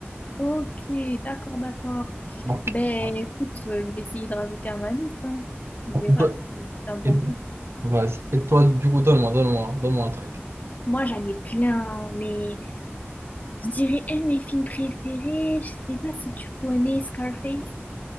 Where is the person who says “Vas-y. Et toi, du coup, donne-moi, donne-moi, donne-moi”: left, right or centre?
Right